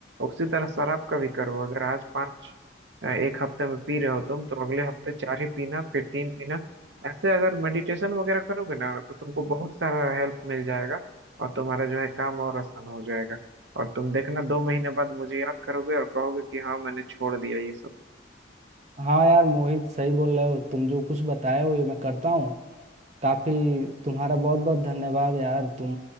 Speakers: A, on the right (about 70°); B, on the right (about 35°).
A: उसी तरह शराब का भी करो अगर आज पांच अ, एक हफ्ते में पी रहे हो तुम तो अगले हफ्ते चार ही पीना फिर तीन पीना ऐसे अगर मेडिटेशन वगैरह करोगे ना तो तुमको बहुत सारा हेल्प मिल जाएगा और तुम्हारा जो है काम और आसान हो जाएगा और तुम देखना दो महीने बाद मुझे याद करोगे और कहोगे कि हाँ मैंने छोड़ दिया ये सब
B: हाँ यार मोहित सही बोल रहे हो तुम जो कुछ बताए हो ये मैं करता हूँ काफी तुम्हारा बहुत बहुत धन्यवाद यार तुम